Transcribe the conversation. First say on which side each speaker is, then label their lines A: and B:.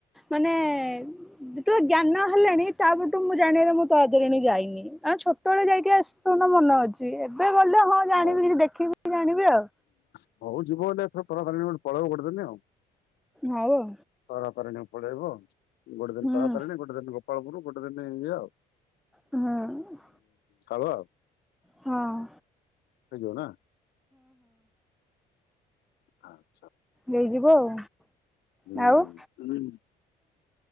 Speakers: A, in the centre; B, on the left (about 75°).
A: ମାନେ ଯେତେବେଳେ ଜ୍ଞାନ ହେଲାଣି ତାପରଠୁ ମୁଁ ଜାଣିବାରେ ମୁଁ ତାରା ତାରିଣୀ ଯାଇନି ଆମେ ଛୋ ସେତେବେଳେ ଯାଇକି <inaudible> ନ ମନ ଅଛି ଏବେ ଗଲେ ହଁ ଜାଣିବି
B: ହଉ।
A: କି ଦେଖିବି ଜାଣିବି ଆଉ।
B: ହଉ ଯିବ ଗୋଟେ ଏଥର ତାରା ତାରିଣୀ ଗୋଟେ ପଳେଇବ ଗୋଟେ ଦିନ ଆଉ।
A: ହଉ ଆଉ।
B: ତାରାତାରିଣୀ ପଳେଇବ ଗୋଟେ ଦିନ
A: ହୁଁ
B: ତରାତାରିଣୀ ଗୋଟେ ଦିନ ଗୋ ପାଳପୁରୁ ଗୋଟେ ଦିନ ଇଏ ଆଉ।
A: ହୁଁ ଉଁ।
B: କାମ ଆଉ <inaudible>
A: ହଁଅଁ।
B: ହେଇଯିବ ନା। ହଁ
A: ନେଇଯିବ ଆଉ
B: ହୁଁ
A: ନା ଆଉ।